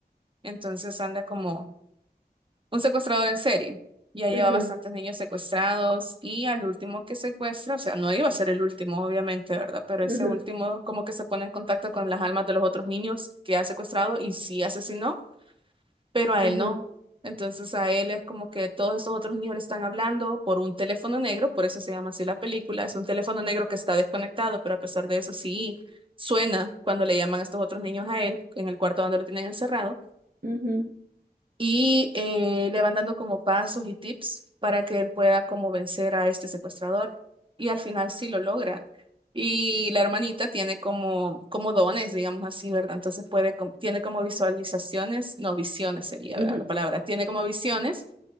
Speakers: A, on the right; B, on the right.
A: entonces anda como un secuestrador en serie. Ya
B: Ajá,
A: lleva bastantes niños secuestrados y al último que secuestra, o sea, no iba a ser el último, obviamente, ¿verdad? Pero ese
B: ajá,
A: último como que se pone en contacto con las almas de los otros niños que ha secuestrado y sí asesinó. pero a
B: ajá,
A: él no. Entonces a él es como que todos estos otros niños le están hablando por un teléfono negro, por eso se llama así la película, es un teléfono negro que está desconectado, pero a pesar de eso sí suena cuando le llaman a estos otros niños a él en el cuarto donde lo tienen encerrado
B: ujú,
A: y eh, le van dando como pasos y tips para que él pueda como vencer a este secuestrador. Y al final sí lo logra. Y la hermanita tiene como, como dones, digamos así, ¿verdad? Entonces puede, com- tiene como visualizaciones, no visiones sería,
B: ujú.
A: ¿verdad? La palabra. Tiene como visiones